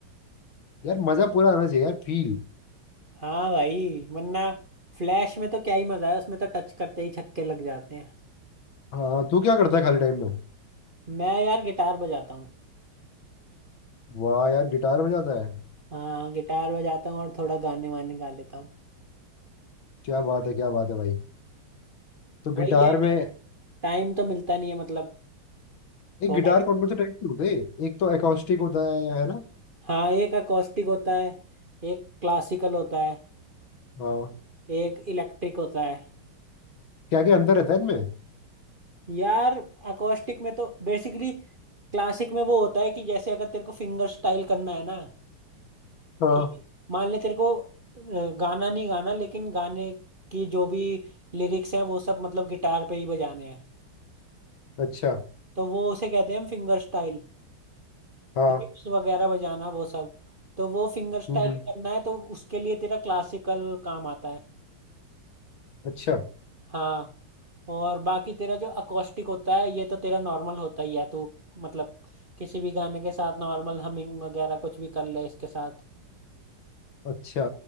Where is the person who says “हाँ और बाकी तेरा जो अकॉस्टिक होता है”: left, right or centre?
Right